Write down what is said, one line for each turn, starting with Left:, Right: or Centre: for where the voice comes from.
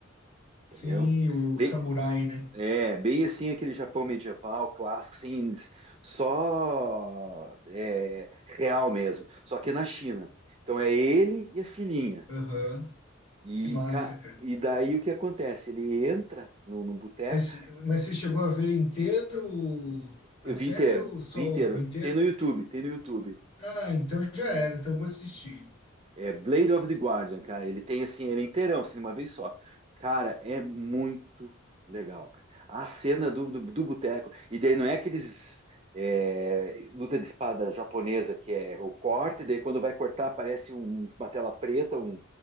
Left: Sim,
Right: entendeu?
Left: o
Right: Bem,
Left: samurai, né?
Right: é, bem assim aquele Japão medieval, clássico, assim, só é, real mesmo. Só que é na China. Então é ele e a filhinha.
Left: Aham.
Right: E,
Left: Que massa,
Right: ca-
Left: cara.
Right: e daí o que acontece? Ele entra no, no boteco,
Left: Mas, mas você chegou a ver inteiro
Right: eu
Left: a série
Right: vi inteiro,
Left: ou só
Right: vi inteiro.
Left: o inteiro?
Right: Tem no YouTube, tem no YouTube.
Left: Ah, então já era. Então eu vou assistir.
Right: É Blade of the Guardian, cara. Ele tem assim, ele é inteirão, assim, de uma vez só. Cara, é muito legal, cara. A cena do, do, do boteco. E daí não é aqueles. é, luta de espada japonesa que é o corte, daí quando vai cortar aparece um- uma tela preta, um,